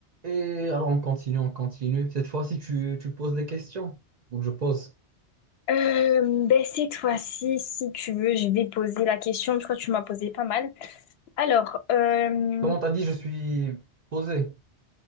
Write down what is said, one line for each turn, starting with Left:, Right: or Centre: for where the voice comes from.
Right: Et alors on continue, on continue. Cette fois-ci, tu, tu poses des questions. Donc je pose.
Left: Euh, ben cette fois-ci, si tu veux, je vais poser la question. Je crois que tu m'as posé pas mal. Alors, euh,
Right: Comment t'as dit, je suis posé?